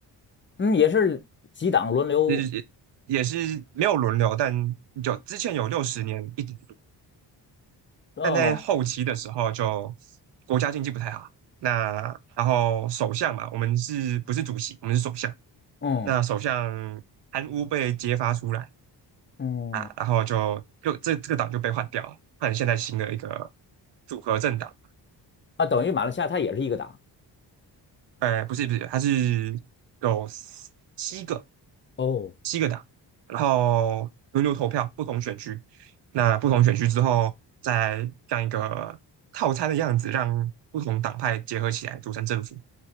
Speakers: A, on the left; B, on the right.
A: 嗯，也是几党轮流
B: 就是也也是没有轮流，但就之前有六十年一直
A: 哦，
B: 但在后期的时候就国家经济不太好。那然后首相嘛，我们是不是主席？我们是首相。
A: 嗯
B: 那首相贪污被揭发出来
A: 嗯
B: 啊，然后就就这这个党就被换掉了，换成现在新的一个组合政党。
A: 啊，等于马来西亚它也是一个党
B: 呃，不是不是，它是有七个
A: 哦
B: 七个党，然后轮流投票，不同选区。那不同选区之后，再这样一个套餐的样子，让不同党派结合起来组成政府。